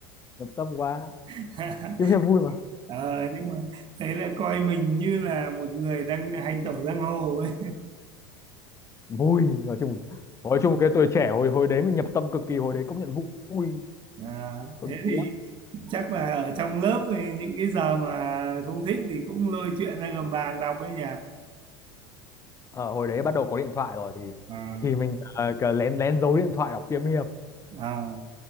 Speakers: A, on the left; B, on the right.
A: nhập tâm quá.
B: <laughs>
A: Kiếm hiệp vui mà.
B: Ờ, nhưng mà thế là coi mình như là một người đang hành tẩu giang hồ ấy
A: Vui, nói chung nói chung cái tuổi trẻ hồi hồi đấy mình nhập tâm cực kỳ, hồi đấy công nhận vui,
B: à,
A: công
B: thế
A: nhận vui
B: thì
A: lắm.
B: chắc là ở trong lớp thì những cái giờ mà không thích thì cũng lôi chuyện ra gầm bàn đọc ấy nhỉ
A: Ờ, hồi đấy bắt đầu có điện thoại rồi thì
B: à,
A: thì mình ờ, cứ lén lén giấu điện thoại đọc kiếm hiệp
B: à,